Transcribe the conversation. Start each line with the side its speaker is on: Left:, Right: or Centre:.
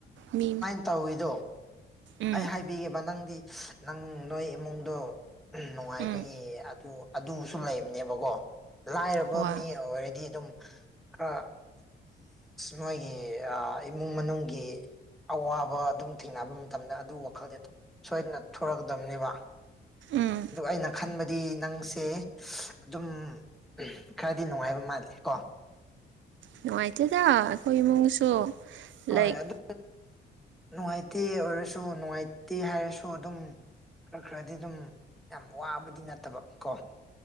Right: ꯃꯤ
Centre: ꯇꯧꯏꯗꯣ
Right: ꯎꯝ
Centre: ꯑꯩ ꯍꯥꯏꯕꯤꯒꯦꯕ ꯅꯪꯗꯤ ꯅꯪ ꯅꯣꯏ ꯏꯃꯨꯡꯗꯣ ꯅꯨꯡꯉꯥꯏꯕꯒꯤ
Right: ꯎꯝ
Centre: ꯑꯗꯨ ꯑꯗꯨꯁꯨ ꯂꯩꯕꯅꯦꯕꯀꯣ ꯂꯥꯏꯔꯕ
Right: ꯍꯣꯏ
Centre: ꯃꯤ ꯑꯣꯏꯔꯗꯤ ꯑꯗꯨꯝ ꯈꯔ ꯃꫭꯏꯒꯤ ꯑ ꯏꯃꯨꯡ ꯃꯅꯨꯡꯒꯤ ꯑꯋꯥꯕ ꯑꯗꯨꯝ ꯊꯦꯡꯅꯕ ꯃꯇꯝꯗ ꯑꯗꯨ ꯋꯥꯈꯜꯗꯤ ꯁꯣꯏꯗꯅ ꯊꯣꯔꯛꯀꯗꯕꯅꯦꯕ
Right: ꯎꯝ
Centre: ꯑꯗꯨ ꯑꯩꯅ ꯈꯟꯕꯗꯤ ꯅꯪꯁꯦ ꯑꯗꯨꯝ ꯎ ꯈꯔꯗꯤ ꯅꯨꯡꯉꯥꯏꯕ ꯃꯥꯗꯦ ꯀꯣ
Right: ꯅꯨꯡꯉꯥꯏꯇꯦꯗ ꯑꯩꯈꯣꯏ ꯏꯃꯨꯡꯁꯨ
Centre: ꯍꯣꯏ
Right: ꯂꯥꯏꯛ
Centre: ꯑꯗꯨ ꯅꯨꯡꯉꯥꯏꯇꯦ ꯑꯣꯏꯔꯁꯨ ꯅꯨꯡꯉꯥꯏꯇꯦ ꯍꯥꯏꯔꯁꯨ ꯑꯗꯨꯝ ꯈꯔ ꯈꯔꯗꯤ ꯑꯗꯨꯝ ꯌꯥꯝ ꯋꯥꯕꯗꯤ ꯅꯠꯇꯕ ꯀꯣ